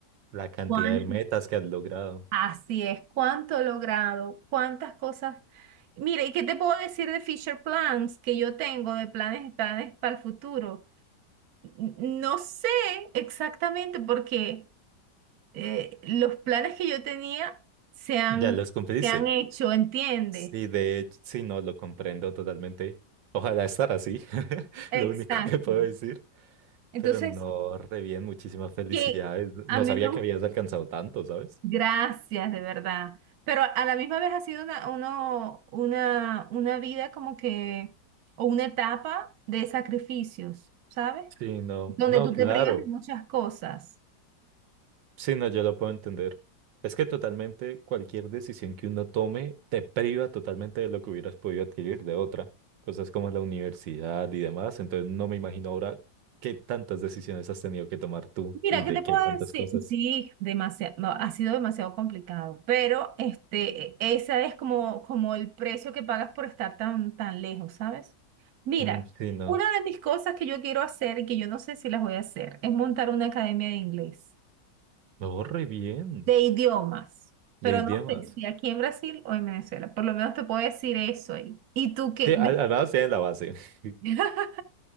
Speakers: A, on the right (about 80°); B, on the right (about 60°).
A: la cantidad
B: ¿Cuánto?
A: de metas que has logrado.
B: Así es, cuánto he logrado, cuántas cosas. Mira, ¿y qué te puedo decir de Fisher Plans que yo tengo, de planes, planes para el futuro? N- No sé exactamente porque eh, los planes que yo tenía se han,
A: Ya los cumpliste.
B: se han hecho, ¿entiendes?
A: Sí, de hecho, sí, no, lo comprendo totalmente. Ojalá estar así, <laughs> lo
B: Exacto.
A: único que puedo decir.
B: Entonces,
A: Pero no, re bien, muchísimas felicidades.
B: que a
A: No
B: mí
A: sabía
B: me
A: que habías alcanzado tanto, ¿sabes?
B: Gracias, de verdad. Pero a la misma vez ha sido una, uno- una, una vida como que, o una etapa de sacrificios, ¿sabes?
A: Sí, no,
B: Donde
A: no,
B: tú
A: claro.
B: te privas de muchas cosas.
A: Sí, no, yo lo puedo entender. Es que totalmente cualquier decisión que uno tome te priva totalmente de lo que hubieras podido adquirir de otra. Cosas como la universidad y demás. Entonces no me imagino ahora qué tantas decisiones has tenido que tomar tú
B: Mira,
A: y
B: ¿qué
A: de
B: te
A: qué
B: puedo
A: tantas
B: decir?
A: cosas.
B: Sí, demasiado, no, ha sido demasiado complicado, pero este, e- ese es como, como el precio que pagas por estar tan, tan lejos, ¿sabes? Mira,
A: Mm, sí, no.
B: una de mis cosas que yo quiero hacer y que yo no sé si las voy a hacer es montar una academia de inglés.
A: No, re bien,
B: de idiomas, pero
A: de idiomas.
B: no sé si aquí en Brasil o en Venezuela. Por lo menos te puedo decir eso ahí. Y tú que,
A: Sí, al, al menos tiene la base. <laughs>
B: <laughs>